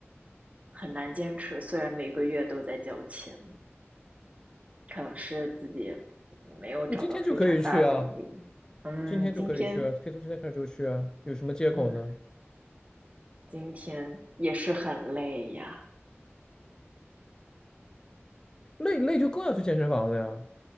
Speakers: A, on the right (about 30°); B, on the left (about 15°).
A: 很难坚持。虽然每个月都在交钱。可能是自己没有找到非常大的动力。
B: 那今天就可以去啊，
A: 嗯，
B: 今天就可以去啊，
A: 今天，
B: 可以从现在开始就去啊，有什么借口呢？
A: 嗯，今天也是很累呀。
B: 累累就更要去健身房了呀。